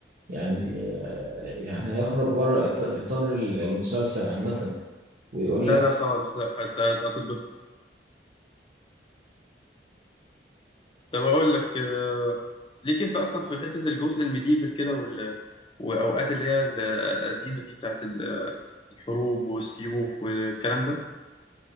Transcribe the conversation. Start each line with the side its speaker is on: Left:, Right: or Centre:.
Right: يعني يعني هيخرج بره إط- إطار المسلسل عامة ويقول
Left: لا
Right: لك
Left: لا خالص لا هت- هت- هتتبسط طب اقول لك آه، ليك انت اصلا في حته الجزء الميديفل كده وال... واوقات اللي هي القديمه دي بتاعت ال- الحروب والسيوف والكلام ده